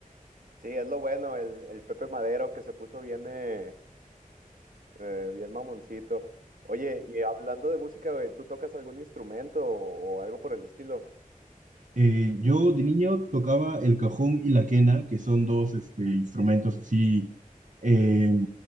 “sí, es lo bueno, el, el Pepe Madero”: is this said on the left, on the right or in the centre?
Right